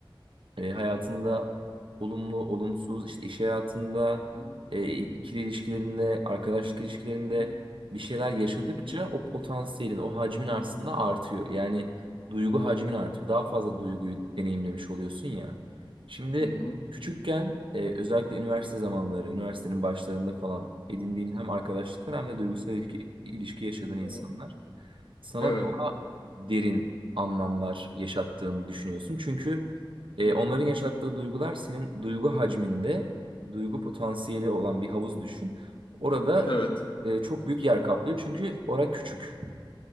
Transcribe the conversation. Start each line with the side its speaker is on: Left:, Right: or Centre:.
Right: E, hayatında olumlu, olumsuz, işte iş hayatında,
Left: Hı hı.
Right: e, ikili ilişkilerinde, arkadaşlık ilişkilerinde
Left: Hı hı.
Right: bir şeyler yaşadıkça
Left: Hı
Right: o potansiyelin, o hacmin aslında
Left: hı.
Right: artıyor. Yani duygu hacmin
Left: Hı hı.
Right: artıyor. Daha fazla duyguyu deneyimlemiş oluyorsun ya. Şimdi
Left: Hı hı.
Right: küçükken e, özellikle üniversite zamanları, üniversitenin başlarında falan edindiğin hem arkadaşlıklar hem de duygusal ilişki, ilişki yaşadığın insanlar
Left: Tamam.
Right: sana
Left: Evet.
Right: derin anlamlar yaşattığını düşünüyorsun. Çünkü e,
Left: Hı hı.
Right: onların yaşattığı duygular senin duygu hacminde, duygu potansiyeli olan bir havuz düşün. Orada
Left: Evet.
Right: e, çok büyük yer kaplıyor çünkü orası küçük.